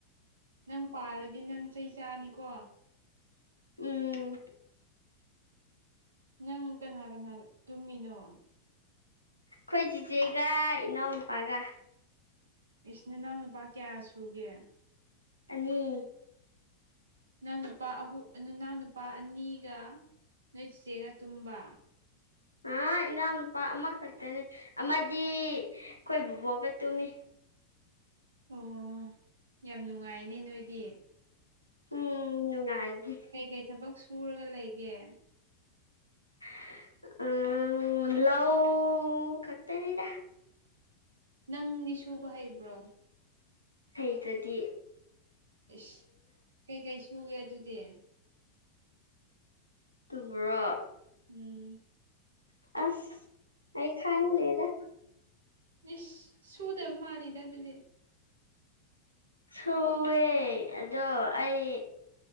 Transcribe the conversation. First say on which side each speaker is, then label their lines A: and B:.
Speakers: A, on the right; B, on the left.
A: ꯅꯪ ꯄꯥꯜꯂꯗꯤ ꯅꯪ ꯆꯩ ꯆꯥꯅꯤꯀꯣ
B: ꯎꯝ
A: ꯅꯪ ꯀꯅꯥ ꯀꯅꯥꯒ ꯇꯨꯝꯃꯤꯅꯣ
B: ꯑꯈꯣꯏ ꯆꯤꯆꯦꯒ ꯏꯅꯥꯎ ꯅꯨꯨꯄꯥꯒ
A: ꯏꯆꯤꯟ ꯏꯅꯥꯎ ꯅꯨꯄꯥ ꯀꯌꯥ ꯁꯨꯒꯦ
B: ꯑꯅꯤ
A: ꯏꯅꯥꯎ ꯅꯨꯄꯥ ꯑꯍꯨꯝ ꯑꯗꯨꯅꯥꯎ ꯅꯨꯄꯥ ꯑꯅꯤꯒ ꯅꯣꯏ ꯆꯤꯆꯦꯒ ꯇꯨꯝꯕ
B: ꯍꯣꯏ ꯏꯅꯥꯎꯅꯨꯄꯥ ꯑꯃꯈꯛꯇꯅꯦ ꯑꯃꯗꯤ ꯑꯈꯣꯏ ꯕꯕꯣꯛꯒ ꯇꯨꯝꯃꯤ
A: ꯑꯣ ꯌꯥꯝ ꯅꯨꯡꯉꯥꯏꯅꯦ ꯅꯣꯏꯗꯤ
B: ꯎꯝ ꯅꯨꯉꯥꯏꯗꯤ
A: ꯀꯩ ꯀꯩ ꯊꯕꯛ ꯁꯨꯔꯒ ꯂꯩꯒꯦ
B: ꯑꯝ ꯂꯥꯎ ꯈꯛꯇꯅꯤꯗ
A: ꯅꯪꯗꯤ ꯁꯨꯕ ꯍꯩꯕ꯭ꯔꯣ
B: ꯍꯩ ꯇ꯭ꯔꯥꯗꯤ
A: ꯏꯁꯁ ꯀꯩꯀꯩ ꯁꯨꯒꯦ ꯑꯗꯨꯗꯤ
B: ꯗꯨꯕꯨꯔꯣ
A: ꯎꯝ
B: ꯑꯁ ꯑꯩ ꯈꯥꯡꯗꯦꯗ
A: ꯏꯁ ꯁꯨꯗꯕ ꯃꯥꯜꯂꯤꯗ ꯑꯗꯨꯗꯤ
B: ꯁꯨꯑꯦ ꯑꯗꯣ ꯑꯩ